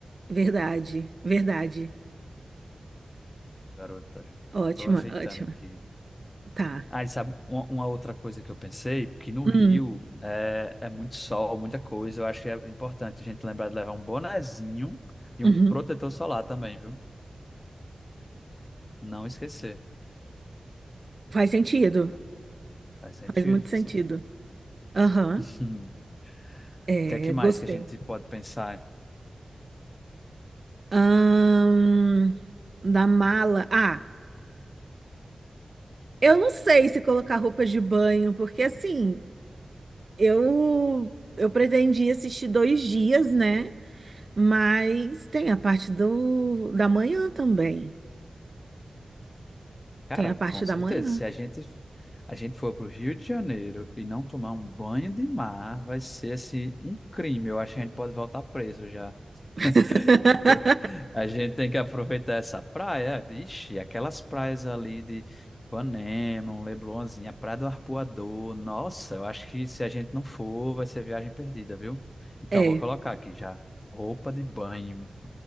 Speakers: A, on the right; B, on the left.
A: Verdade, verdade.
B: Garota, já
A: Ótima,
B: tô ajeitando
A: ótima.
B: aqui.
A: Tá.
B: Ah, e sabe, uma, uma outra coisa que eu pensei, que no
A: Hum,
B: Rio é, é muito sol, muita coisa. Eu acho que é importante a gente lembrar de levar um bonezinho e
A: uhum.
B: um protetor solar também, viu? Não esquecer.
A: Faz sentido,
B: Faz sentido,
A: faz muito
B: faz
A: sentido.
B: sentido.
A: Aham,
B: <laughs>
A: É,
B: O que é que mais
A: gostei.
B: que a gente pode pensar?
A: Ahn, da mala. Ah, eu não sei se colocar roupa de banho, porque assim, eu eu pretendi assistir dois dias, né? Mas tem a parte do da manhã também.
B: Cara,
A: Tem a parte
B: com
A: da
B: certeza,
A: manhã.
B: se a gente a gente for para o Rio de Janeiro e não tomar um banho de mar, vai ser assim um crime. Eu acho que a gente pode voltar preso já.
A: <laughs>
B: <laughs> Te- A gente tem que aproveitar essa praia. Ixi, aquelas praias ali de Ipanema, um Leblonzinho, a Praia do Arpoador. Nossa, eu acho que se a gente não for, vai ser viagem perdida, viu? Então
A: É.
B: vou colocar aqui já. Roupa de banho.